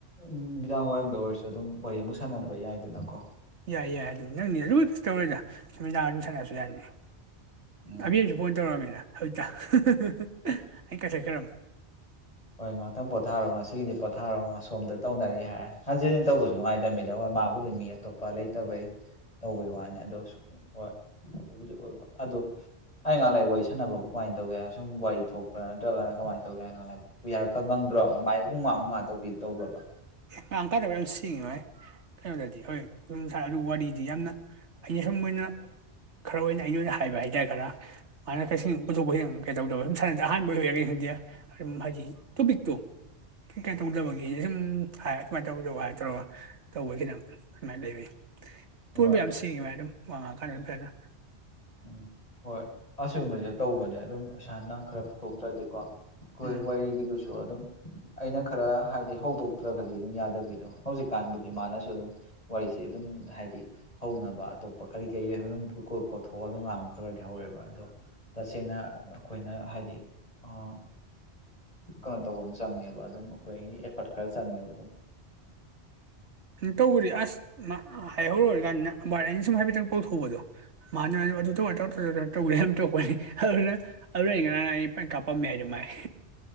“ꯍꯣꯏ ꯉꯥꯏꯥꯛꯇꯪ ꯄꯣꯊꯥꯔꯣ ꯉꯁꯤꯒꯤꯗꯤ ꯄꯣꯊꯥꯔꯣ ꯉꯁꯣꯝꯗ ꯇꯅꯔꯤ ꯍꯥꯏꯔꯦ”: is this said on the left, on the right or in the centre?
Left